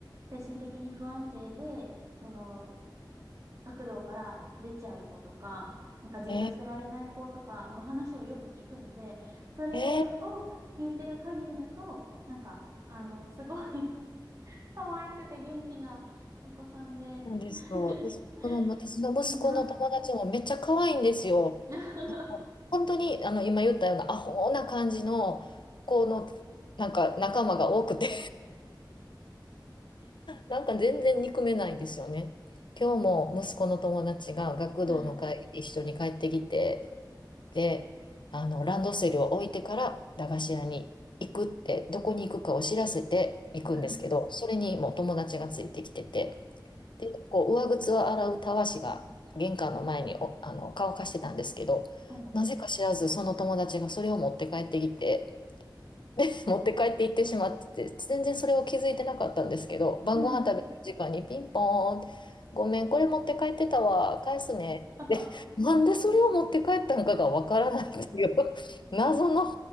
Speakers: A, on the right; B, on the left.
A: 精神的に不安定で、その、学童から出ちゃう子とか、なんかじっとしてられない子とかの話をよく聞くので、
B: え
A: それを
B: ー、えー
A: 聞いてる限りだと、なんか、あの、すごい可愛くて元気なお子さんで、
B: なんですよ。
A: <laughs>
B: で、その私の息子の友達もめっちゃ可愛いんですよ。
A: いいなと。<laughs>
B: なんか本当にあの今言ったようなアホな感じの子のなんか仲間が多くてなんか全然憎めないんですよね。今日も息子の友達が学童の会一緒に帰ってきて、
A: はい。
B: で、あの、ランドセルを置いてから駄菓子屋に行くって、どこに行くかを知らせて行くんですけど、
A: はい。
B: それにもう友達がついてきてて、で、こう、上靴を洗うたわしが玄関の前にお、あの、乾かしてたんですけど、
A: はい。
B: なぜか知らずその友達がそれを持って帰ってきて、で、持って帰って行ってしまってて、全然それを気づいてなかったんですけど、晩ご飯食べる時間にピンポーンって、
A: はい。
B: ごめん、これ持って帰ってたわ、返すね。
A: <laughs>
B: で、なんでそれを持って帰ったのかがわからないっていう <laughs> 謎の